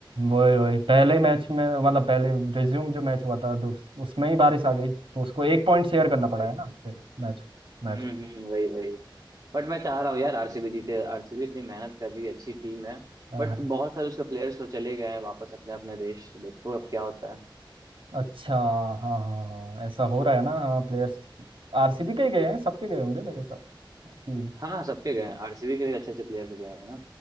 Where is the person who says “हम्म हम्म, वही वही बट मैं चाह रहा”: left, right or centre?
Right